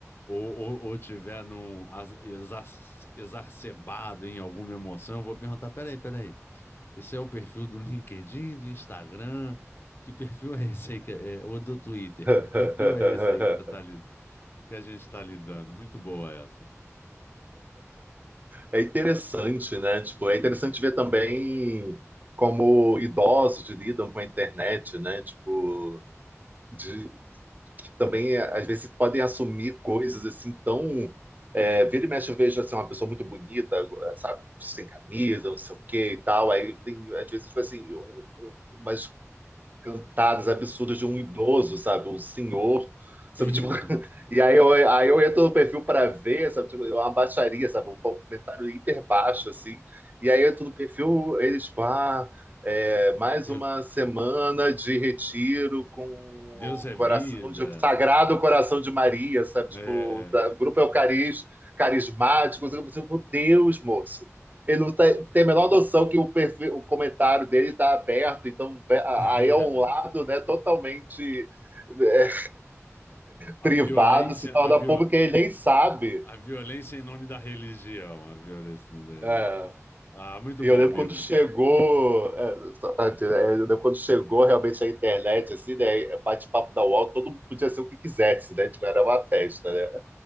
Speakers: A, on the left; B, on the right.
A: ou, ou, ou tiver num as- exar- exacerbado em alguma emoção, eu vou perguntar: peraí, peraí, esse é o perfil do LinkedIn, do Instagram? Que perfil é esse aí? Que é, é, ou do Twitter?
B: <laughs>
A: Que perfil é esse aí que você tá, lid- que a gente está lidando? Muito boa essa.
B: É interessante, né? Tipo, é interessante ver também como idosos lidam com a internet, né? Tipo, de, que também às vezes podem assumir coisas assim tão é, vira e mexe, eu vejo assim, uma pessoa muito bonita, sabe, sem camisa, não sei o quê e tal. Aí tem, às vezes, tipo assim, um- um- umas cantadas absurdas de um idoso, sabe? Um senhor, sabe?
A: <laughs>
B: Tipo, <laughs> e aí eu, aí eu entro no perfil para ver, sabe? Tipo, é uma baixaria, sabe? Um comentário hiper baixo, assim. E aí eu entro no perfil, eles, tipo, ah, é, mais
A: Deus,
B: uma semana de retiro com
A: Deus
B: o
A: é
B: coração
A: vida.
B: de, sagrado coração de Maria, sabe? Tipo,
A: É,
B: da, grupo eucarístico, carismático. sabe? Eu, falei, Meu Deus, moço ele não tá, tem a menor noção que o, perfil, o comentário dele está aberto, então
A: <laughs>
B: aí é um lado né, totalmente é,
A: a
B: privado,
A: violência,
B: se torna
A: a, viol,
B: público e ele nem sabe.
A: a violência em nome da religião, a violência em nome da religião.
B: É.
A: Ah, muito
B: E
A: bom,
B: eu lembro
A: amigo.
B: quando chegou, eu lembro quando chegou realmente a internet, assim, né? Bate-papo da UOL, todo mundo podia ser o que quisesse, né? Tipo, era uma festa, né?